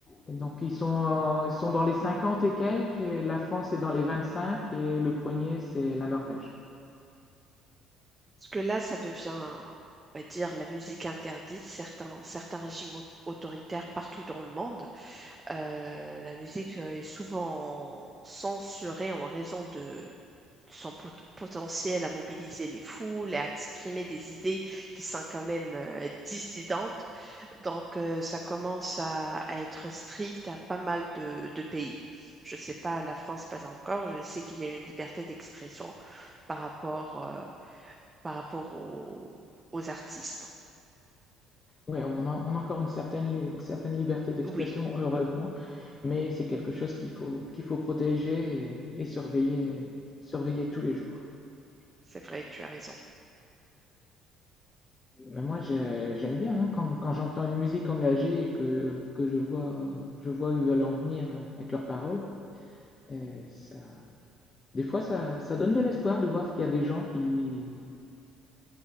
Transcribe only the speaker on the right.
Parce que là, ça devient, on va dire, la musique interdite. Certains, certains régimes au- autoritaires partout dans le monde, euh, la musique est souvent censurée en raison de de son pot- potentiel à mobiliser les foules et à exprimer des idées qui sont quand même euh, dissidentes. Donc, euh, ça commence à, à être strict à pas mal de, de pays. Je ne sais pas, la France pas encore. Je sais qu'il y a une liberté d'expression par rapport, euh, par rapport aux, aux artistes.
Oui,
c'est vrai, tu as raison.